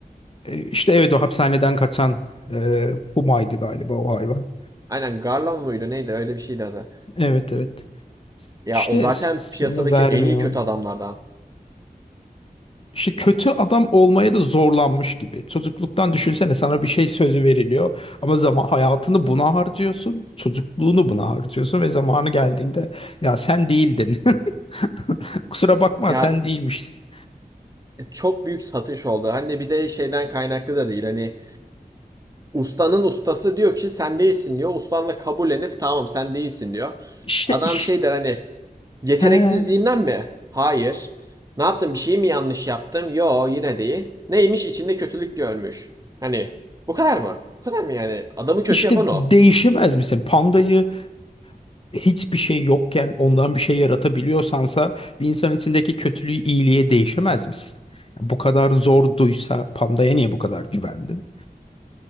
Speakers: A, on the left (about 40°); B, on the right (about 25°).
A: E, işte evet o hapishaneden kaçan e, Puma'ydı galiba o hayvan
B: Aynen Garlon muydu neydi öyle bir şeydi adı.
A: evet evet
B: Ya
A: İşte
B: o zaten
A: sonra
B: piyasadaki
A: vermiyor
B: en iyi kötü
A: onu.
B: adamlardan.
A: İşte kötü adam olmaya da zorlanmış gibi. Çocukluktan düşünsene sana bir şey sözü veriliyor ama zaman hayatını buna harcıyorsun, çocukluğunu buna harcıyorsun ve zamanı geldiğinde ya sen değildin. <laughs> Kusura bakma
B: Ya
A: sen değilmişsin.
B: E, çok büyük satış oldu. Hani bir de şeyden kaynaklı da değil. Hani ustanın ustası diyor ki sen değilsin diyor. Ustanla kabullenip tamam sen değilsin diyor.
A: İşte
B: Adam
A: iş,
B: şey der hani yeteneksizliğimden
A: he,
B: mi? Hayır. Ne yaptım? Bir şey mi yanlış yaptım? Yo yine değil. Neymiş? İçinde kötülük görmüş. Hani bu kadar mı? Bu kadar mı yani? Adamı kötü
A: işte
B: yapan o.
A: değişemez misin? Pandayı hiçbir şey yokken ondan bir şey yaratabiliyorsansa bir insanın içindeki kötülüğü iyiliğe değişemez misin? Bu kadar zorduysa pandaya niye bu kadar güvendin?